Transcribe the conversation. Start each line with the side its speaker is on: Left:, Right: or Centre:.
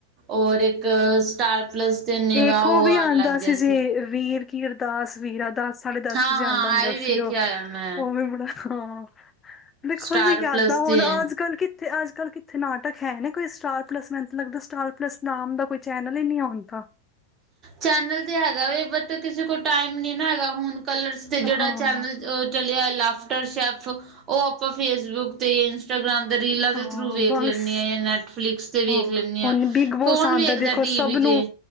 Right: ਔਰ ਇੱਕ ਸਟਾਰ ਪਲੱਸ ਤੇ ਨਿਗਾਹ
Left: ਇੱਕ ਉਹ ਵੀ
Right: ਆਉਣ
Left: ਆਉਂਦਾ
Right: ਲੱਗ ਗਿਆ
Left: ਸੀ ਜੇ, ਵੀਰ ਕੀਰਦਾਸ ਵੀਰਾਦਾਸ। ਸਾਢੇ ਦਸ
Right: ਹਾਂ-ਹਾਂ,
Left: ਵਜੇ ਆਉਂਦਾ ਹੁੰਦਾ
Right: ਇਹ ਵੀ ਵੇਖਿਆ
Left: ਸੀ ਉਹ,
Right: ਆ ਮੈਂ
Left: ਉਹ ਵੀ ਬੜਾ ਹਾ। ਦੇਖੋ
Right: ਸਟਾਰ
Left: ਓਹੀ ਔ ਯਾਦਾਂ
Right: ਪਲੱਸ
Left: ਹੁਣ
Right: ਤੇ ਐ।
Left: ਅੱਜ ਕੱਲ ਕਿ- ਤੇ ਅੱਜ ਕੱਲ ਕਿੱਥੇ ਨਾਟਕ ਹੈ ਨੇ ਕੋਈ ਸਟਾਰ ਪਲੱਸ ਮੈ ਤ ਲੱਗਦਾ ਸਟਾਰ ਪਲੱਸ ਨਾਮ ਦਾ ਕੋਈ ਚੈਨਲ ਹੀ ਨਹੀਂ ਹੁਣ ਤਾਂ।
Right: ਚੈਨਲ ਤੇ ਹੈਗਾ ਵੈ, ਬਟ ਕਿਸੇ ਕੋਲ ਟਾਈਮ ਨੀ ਨਾ ਹੈਗਾ, ਹੁਣ ਕਲਰ ਤੇ ਜਿਹੜਾ
Left: ਹਾਂ
Right: ਚੈਨਲ ਉਹ ਚਲਿਆ ਲਾਫਟਰ ਸ਼ੈਫ ਉਹ ਆਪਾਂ ਫੇਸਬੁੱਕ ਤੇ ਈ- ਇੰਸਟਾਗ੍ਰਾਮ ਦੇ ਰੀਲਾਂ ਦੇ
Left: ਹਾਂ
Right: ਥਰੂ ਵੇਖ
Left: ਬਸ
Right: ਲੈਂਦੇ ਆ ਜਾਂ ਨੈਟਫਲਿਕਸ ਤੇ
Left: ਹਾਂ
Right: ਵੇਖ ਲੈਂਦੇ ਆ
Left: ਹੁਣ ਬਿਗ ਬੋਸ
Right: ਕੌਣ
Left: ਆਉਂਦਾ
Right: ਵੇਖਦਾ
Left: ਦੇਖੋ
Right: ਟੀਵੀ
Left: ਸਭ
Right: ਤੇ
Left: ਨੂੰ-